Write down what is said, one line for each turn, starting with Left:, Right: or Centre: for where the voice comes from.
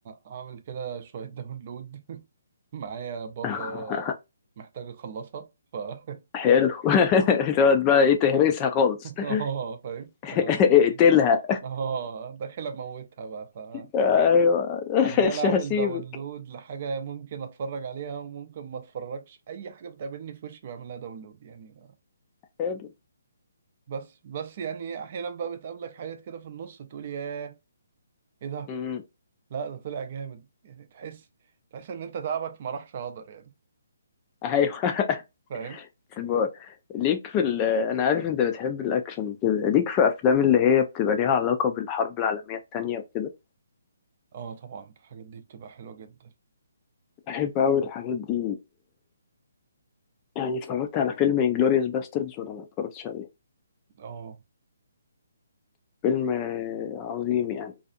Right: اعمل كده شويه داونلود <laughs> معايا باقه
Left: <laughs>
Right: محتاج اخلصها ف <laughs>
Left: حلو <laughs> تقعد بقى ايه تهرسها خالص
Right: اه فاهم
Left: <laughs>
Right: فيعني
Left: اقتلها
Right: اه داخل اموتها بقى
Left: <laughs> ايوه
Right: فعمال
Left: مش
Right: اعمل
Left: هسيبك
Right: داونلود لحاجه ممكن اتفرج عليها وممكن ما اتفرجش اي حاجه بتقابلني في وشي بعملها داونلود يعني
Left: حلو
Right: بس بس يعني احيانا بقى بتقابلك حاجات كده في النص تقول ياه ايه ده
Left: امم.
Right: لا ده طلع جامد يعني تحس تحس ان انت تعبك ما راحش هدر يعني
Left: ايوه <laughs>
Right: فاهم
Left: في الب- ليك في ال... انا عارف انت بتحب الاكشن وكده ليك في افلام اللي هي بتبقى ليها علاقه بالحرب العالميه التانية وكده
Right: اه طبعا الحاجات دي بتبقى حلوة جدا
Left: بحب أوي الحاجات دي يعني اتفرجت على فيلم انجلوريوس باستردز ولا ما اتفرجتش
Right: اه
Left: فيلم آه، عظيم يعني